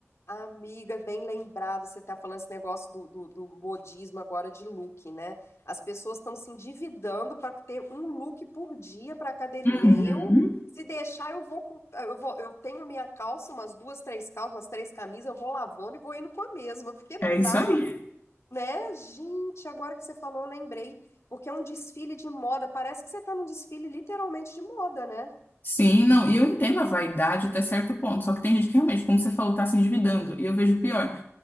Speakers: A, on the left; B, on the left.
A: Amiga, bem lembrado, você está falando esse negócio do, do, do modismo agora de look, né? As pessoas estão se endividando para ter um look por dia para academia.
B: Uhum.
A: Eu, se deixar, eu vou, com- eu vou, eu tenho a minha calça, umas duas, três calças, umas três camisas, eu vou lavando e vou indo com a mesma, porque não
B: É isso
A: dá,
B: aí.
A: né? Gente, agora que você falou, eu lembrei, porque é um desfile de moda, parece que você está num desfile literalmente de moda, né?
B: Sim, não, e eu entendo a vaidade até certo ponto, só que tem gente que realmente, como você falou, tá se endividando. E eu vejo pior.